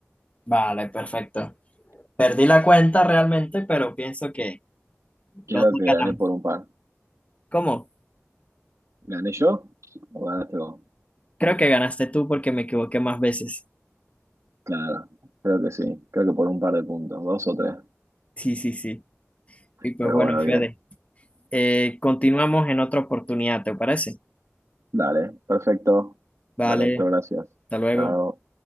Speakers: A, on the left; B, on the right.
A: Vale, perfecto. Perdí la cuenta realmente, pero pienso que
B: Creo
A: los dos
B: que
A: ganamos.
B: gané por un par.
A: ¿Cómo?
B: ¿Gané yo o ganaste vos?
A: Creo que ganaste tú porque me equivoqué más veces.
B: Claro, creo que sí. Creo que por un par de puntos, dos o tres.
A: Sí, sí, sí. Y pues
B: Pero
A: bueno,
B: bueno,
A: Fede,
B: bien.
A: eh, continuamos en otra oportunidad, ¿te parece?
B: Dale, perfecto.
A: Vale,
B: Dale, Héctor, gracias.
A: hasta luego.
B: Chao.